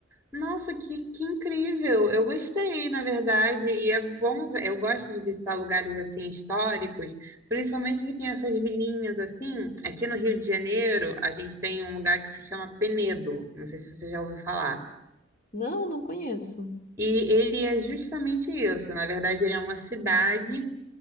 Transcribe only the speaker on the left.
Não, não conheço.